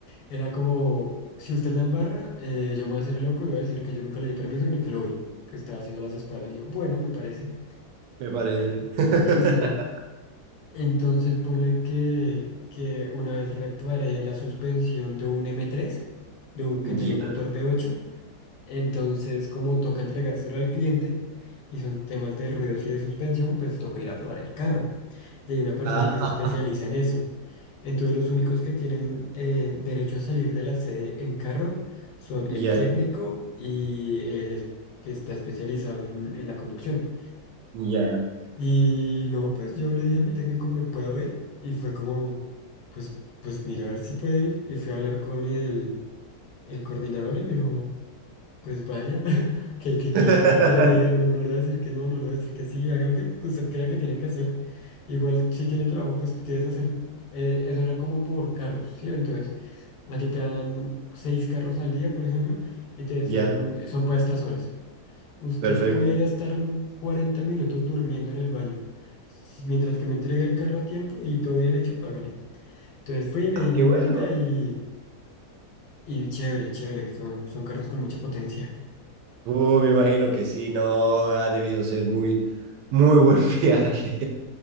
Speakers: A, on the left; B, on the right.
A: Era como, si usted la embarra, eh, yo me voy a hacer el loco y voy a decir que yo nunca le di permiso, que ni que lo vi, que estaba haciendo las espaldas. Y yo, bueno, me parece,
B: me parece. <laughs>
A: sí, me sirve. Entonces ponle que, que una vez reparé la suspensión de un m tres de un- que
B: Ya,
A: tenía un motor v ocho entonces, como toca entregárselo al cliente y son temas de ruidos y de suspensión, pues toca ir a probar el carro. Y hay una persona
B: ah,
A: que se especializa en eso. Entonces, los únicos que tienen eh, derecho a salir de la sede en carro son
B: ya,
A: el técnico y el es- que está especializado en, en la conducción.
B: ya,
A: Y no, pues yo le dije a mi técnico, ¿me puedo ir? Y fue como, pues, pues mira, a ver si puede ir. Y fui a hablar con el, el coordinador y me dijo... Pues vaya, <laughs> que, que, que
B: <laughs>
A: quiere que le diga, no, no le va a decir que no, no le va a decir que sí, haga lo que usted crea que tiene que hacer. Igual si tiene trabajo, pues quieres hacer, eh, eso era como por carros, ¿sí? Entonces, a ti te dan seis carros al día, por ejemplo, y te decían,
B: ya,
A: un- son para estas horas. Usted
B: perfecto.
A: puede ir a estar mm, 40 minutos durmiendo en el baño, s- mientras que me entregue el carro a tiempo y todo bien hecho, págale. Entonces fui, me
B: Ah,
A: di mi
B: qué
A: vuelta
B: bueno.
A: y, y chévere, chévere, son, son carros con mucha potencia.
B: Uh, me imagino que sí, no, ha debido ser muy, muy buen <laughs> viaje.